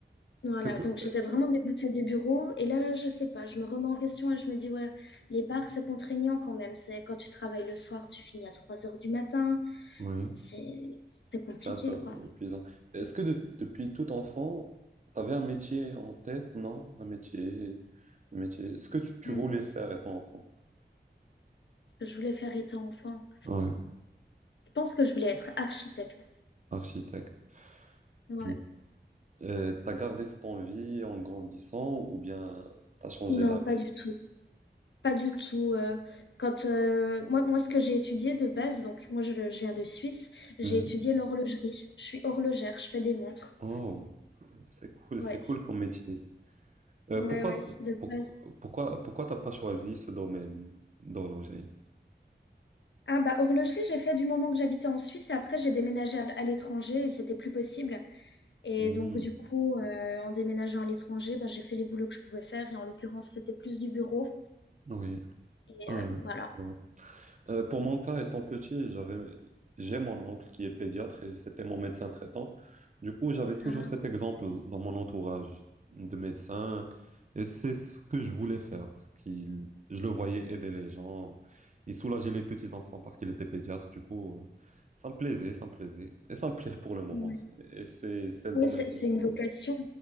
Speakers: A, on the left (about 80°); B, on the right (about 40°).
A: voilà,
B: C'est cool.
A: donc j'étais
B: Eh,
A: vraiment dégoûtée des bureaux. Et là, je sais pas, je me remets en question et je me dis, ouais, les bars, c'est contraignant quand même. C'est quand tu travailles le soir, tu finis à 3 heures du matin.
B: Oui.
A: C'est c'est compliqué,
B: C'est un peu
A: quoi.
B: ouais, épuisant. Est-ce que de- depuis tout enfant, tu avais un métier en tête, non? Un métier, un métier. Ce que tu, tu
A: Mm.
B: voulais faire étant enfant?
A: Ce que je voulais faire étant enfant.
B: Ouais,
A: Je pense que je voulais être architecte.
B: architecte.
A: Ouais.
B: Tu as gardé cette envie en grandissant ou bien t'as changé
A: Non,
B: d'avis?
A: pas du tout. Pas du tout. euh, quand euh, moi, moi, ce que j'ai étudié de base, donc moi, je, je viens de Suisse, j'ai
B: Mhm.
A: étudié l'horlogerie. Je suis horlogère, je fais des montres.
B: Oh, c'est cool,
A: Ouais,
B: c'est cool comme métier.
A: ouais,
B: Euh, pourquoi,
A: ouais, de
B: pour-
A: base.
B: pourquoi, pourquoi t'as pas choisi ce domaine d'horlogerie?
A: Ah bah horlogerie, j'ai fait du moment que j'habitais en Suisse et après j'ai déménagé à l- à l'étranger et c'était plus possible. Et
B: Mhm.
A: donc du coup, euh, en déménageant à l'étranger, bah, j'ai fait les boulots que je pouvais faire et en l'occurrence c'était plus du bureau.
B: Oui,
A: Et
B: oui.
A: euh, voilà.
B: oui. Euh, pour mon cas, étant petit, j'avais, j'ai mon oncle qui est pédiatre et c'était mon médecin traitant. Du coup, j'avais toujours
A: Ah,
B: cet exemple dans mon entourage de médecin et c'est ce que je voulais faire parce qu'il, je le voyais aider les gens. Il soulageait les petits-enfants parce qu'il était pédiatre. Du coup, euh, ça me plaisait, ça me plaisait et ça me plaît pour le moment.
A: oui,
B: Et c'est, c'est le
A: Oui,
B: domaine
A: c'est
B: que
A: c'est
B: j'ai
A: une
B: choisi.
A: vocation.